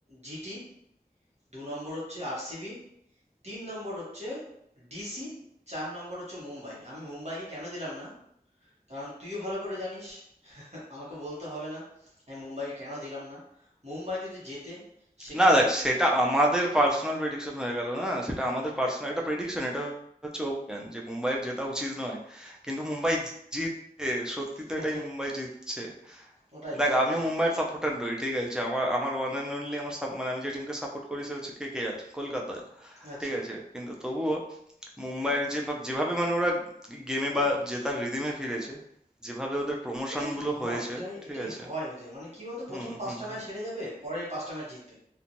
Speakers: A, on the right; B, in the centre.
A: জিটি দু নম্বর হচ্ছে আরসিবি তিন নম্বর হচ্ছে ডিসি চার নম্বর হচ্ছে মুম্বাই আমি মুম্বাইকে কেন দিলাম না কারণ তুইও ভালো করে জানিস <laughs> আমাকে বলতে হবে না আমি মুম্বাইকে কেন দিলাম না মুম্বাই যদি জেতে সেখানে
B: না দেখ সেটা আমাদের পার্সোনাল প্রেডিকশন হয়ে গেল না সেটা আমাদের
A: হুম
B: পার্সোনাল একটা প্রেডিকশন এটা হচ্ছে অভিযান যে মুম্বাইয়ের জেতা উচিত নয় কিন্তু মুম্বাই জিতছে সত্যি তো
A: ওদের
B: এটাই মুম্বাই জিতছে
A: ওটাই
B: দেখ
A: ওটাই
B: আমিও
A: এটাই
B: মুম্বাইয়ের সাপোর্টার নই ঠিক আছে আমার আমার ওয়ান অ্যান্ড অনলি আমার sup- মানে আমি যে টিমকে সাপোর্ট করি সে হচ্ছে কে কে আর কলকাতায়
A: আচ্ছা
B: ঠিক আছে কিন্তু তবুও মুম্বাইয়ের যে ভাব- যেভাবে মানে ওরা গেমে বা জেতার রিদিমে ফিরেছে যেভাবে ওদের প্রমোশন
A: এটাই
B: গুলো
A: হয়
B: হয়েছে
A: এটাই
B: ঠিক
A: এটাই
B: আছে
A: হয় ওদের মানে কি বলতো
B: হুম
A: প্রথম পাঁচটা
B: হুম
A: ম্যাচ
B: হুম
A: হেরে যাবে পরের পাঁচটা ম্যাচ জিতবে